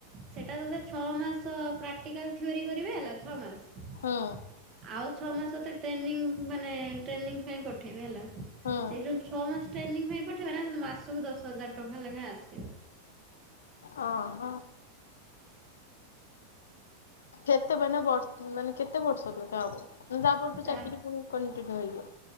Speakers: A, on the right; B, on the left.
A: ସେଟା ତତେ ଛଅମାସ ପ୍ରାକ୍ଟିକାଲ ଥିଓରି କରିବେ ହେଲା ଛଅମାସ। ଆଉ
B: ହୁଁ
A: ଛଅମାସ ତ ଟ୍ରେନିଂ ମାନେ ଟ୍ରେନିଂ ପାଇଁ ଠେଇବେ ହେଲା। ସେଇ
B: ହୁଁ
A: ଯୋଉ ଛଅମାସ ଟ୍ରେନିଂ ପାଇଁ ପଠେଇବା ନା ମାସକୁ ଦଶ ହଜାର ଟଙ୍କା ଲାଗା ଆସିବ।
B: ହ ହ। କେତେ ମାନେ ବର୍ଷ ମାନେ କେତେ ବର୍ଷ ଲେଗା ହବ? ତା' ପରଠାରୁ
A: ଚା
B: ଚାକିରି ପୁଣି କଣ୍ଟିନ୍ୟୁ ହେଇଯିବ।